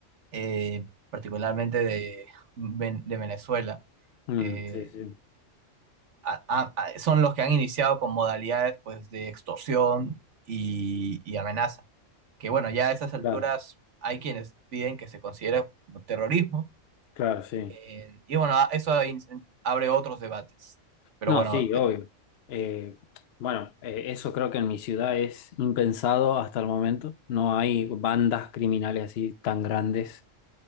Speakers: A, on the right (about 65°); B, on the left (about 65°).
A: eh, particularmente de, Ven- de Venezuela,
B: Mm,
A: eh,
B: sí, sí.
A: a- a- a- son los que han iniciado con modalidades pues, de extorsión y, y amenaza. Que bueno, ya a esas alturas
B: Claro.
A: hay quienes piden que se considere como terrorismo,
B: Claro, sí.
A: eh, y bueno, a- eso ahí in- abre otros debates. Pero
B: No,
A: bueno,
B: sí, obvio.
A: en-
B: Eh, bueno, eh, eso creo que en mi ciudad es impensado hasta el momento. No hay bandas criminales así tan grandes.